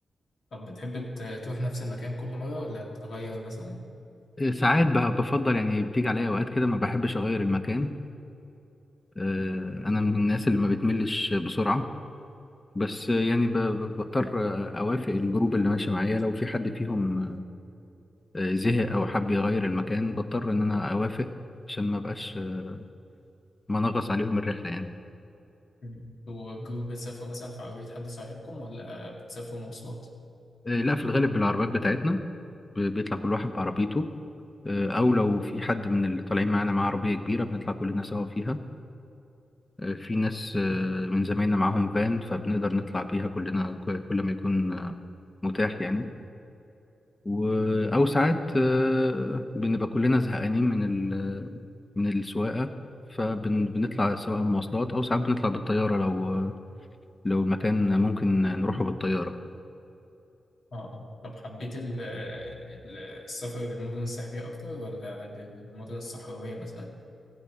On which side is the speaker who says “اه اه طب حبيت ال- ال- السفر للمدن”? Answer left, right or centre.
Left